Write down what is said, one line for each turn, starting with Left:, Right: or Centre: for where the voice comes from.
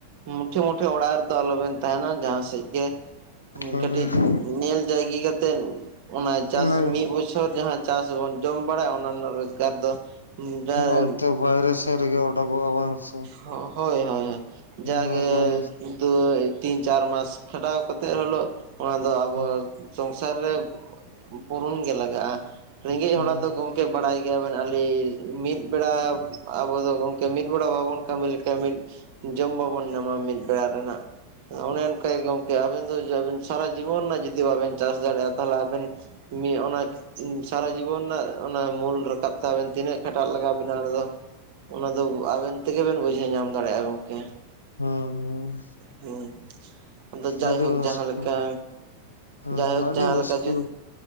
Right: ᱢᱩᱴᱮ ᱢᱩᱴᱷᱮ ᱚᱲᱟᱜ ᱨᱮᱫᱚ ᱟᱞᱚᱵᱮᱱ ᱛᱟᱸᱦᱮᱱᱟ ᱡᱟᱸᱦᱟ ᱥᱮᱡᱽ ᱜᱮ
Left: ᱦᱮᱸ
Right: ᱠᱟᱹᱴᱤᱡ ᱧᱮᱞ ᱡᱟᱭᱜᱤ ᱠᱟᱛᱮᱜ ᱚᱱᱟ ᱪᱟᱥ
Left: ᱚᱱᱮ
Right: ᱢᱤᱫ ᱵᱚᱪᱷᱚᱨ ᱡᱟᱸᱦᱟ ᱪᱟᱥ ᱵᱚᱱ ᱡᱚᱢ ᱵᱟᱲᱟᱭᱟ ᱚᱱᱟ ᱨᱮᱱᱟᱜ ᱨᱳᱡᱽᱜᱟᱨ ᱫᱚ ᱡᱟ
Left: ᱚᱱᱛᱮ ᱵᱟᱭᱨᱮ ᱥᱮᱱ ᱨᱮᱜᱮ ᱚᱰᱩᱠᱚᱜᱼᱟ ᱵᱟᱝ᱾ ᱥᱮ
Right: ᱦᱳᱭ ᱦᱳᱭ ᱳᱭ ᱡᱟ
Left: ᱚᱱᱟ
Right: ᱜᱮ
Left: ᱵᱟᱭᱨᱮ
Right: ᱫᱩ ᱛᱤᱱ ᱪᱟᱨ ᱢᱟᱥ ᱠᱷᱟᱰᱟᱣ ᱠᱟᱛᱮᱜ ᱦᱤᱞᱚᱣ ᱚᱱᱟ ᱫᱚ ᱟᱵᱚ
Left: ᱦᱩᱸ
Right: ᱥᱚᱝᱥᱟᱨ ᱨᱮ ᱯᱩᱨᱩᱱ ᱜᱮ ᱞᱟᱜᱟᱜᱼᱟ ᱨᱮᱸᱜᱮᱡ
Left: ᱦᱩᱸ
Right: ᱦᱚᱲᱟᱜ ᱫᱚ ᱜᱚᱢᱠᱮ ᱵᱟᱲᱟᱭ ᱜᱮᱭᱟᱵᱮᱱ ᱟᱞᱤ ᱢᱤᱫ ᱵᱮᱲᱟ ᱟᱵᱚ ᱫᱚ ᱜᱚᱢᱠᱮ ᱢᱤᱫ ᱵᱮᱲᱟ ᱵᱟᱵᱚᱱ ᱠᱟᱹᱢᱤ ᱞᱮᱠᱷᱟᱱ ᱢᱤᱫ ᱡᱚᱢ ᱵᱟᱵᱚᱱ ᱧᱟᱢᱟ ᱢᱤᱫ ᱵᱮᱲᱟ ᱨᱮᱱᱟᱜ, ᱚᱱᱮ ᱚᱱᱠᱟ ᱜᱚᱢᱠᱮ ᱟᱵᱮᱱ ᱫᱚ ᱟᱵᱤᱱ ᱥᱟᱨᱟ ᱡᱤᱵᱚᱱ ᱨᱮᱱᱟᱜ ᱡᱩᱫᱤ ᱵᱟᱵᱮᱱ ᱪᱟᱥ ᱫᱟᱲᱮᱭᱟᱜᱼᱟ ᱛᱟᱦᱮ ᱟᱵᱮᱱ, ᱢᱤ ᱚᱱᱟ ᱥᱟᱨᱟ ᱡᱤᱵᱚᱱ ᱨᱮᱱᱟᱜ ᱚᱱᱟ ᱢᱩᱞ ᱨᱟᱠᱟᱵ ᱛᱮ ᱟᱵᱮᱱ ᱛᱤᱱᱟᱹᱜ ᱠᱷᱟᱴᱟᱜ ᱞᱟᱜᱟᱣ ᱵᱮᱱᱟ ᱚᱸᱰᱮ ᱫᱚ? ᱚᱱᱟ ᱫᱚ ᱟᱵᱮᱱ ᱛᱮᱜᱮ ᱵᱮᱱ ᱵᱩᱡᱷᱟᱹᱣ ᱧᱟᱢ ᱫᱟᱲᱮᱭᱟᱜᱼᱟ ᱜᱚᱢᱠᱮ᱾
Left: ᱦᱩᱸ
Right: ᱦᱩᱸ ᱟᱫᱚ ᱡᱟᱭᱦᱳᱠ
Left: ᱟᱹᱰᱤ ᱢᱩᱥᱠᱤᱞ
Right: ᱡᱟᱸᱦᱟ ᱞᱮᱠᱟ
Left: ᱦᱮᱸ
Right: ᱡᱟᱭᱦᱳᱠ
Left: ᱟᱹᱰᱤ
Right: ᱡᱟᱸᱦᱟ
Left: ᱢᱩᱥᱠᱤᱞ
Right: ᱞᱮᱠᱟ ᱡᱩ